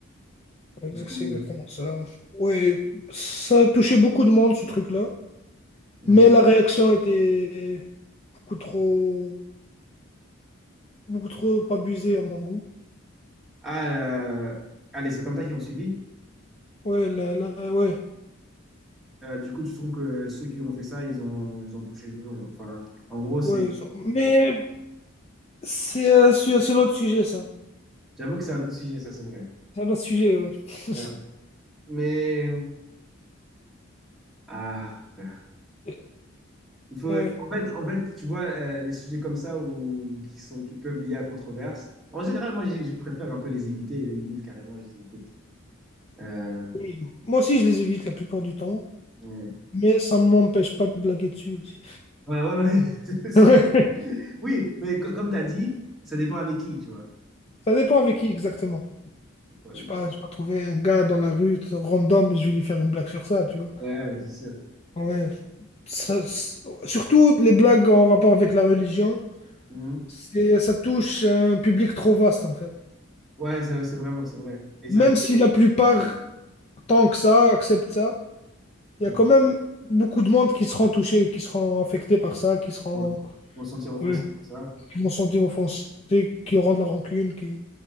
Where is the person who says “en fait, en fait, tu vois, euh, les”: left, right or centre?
Centre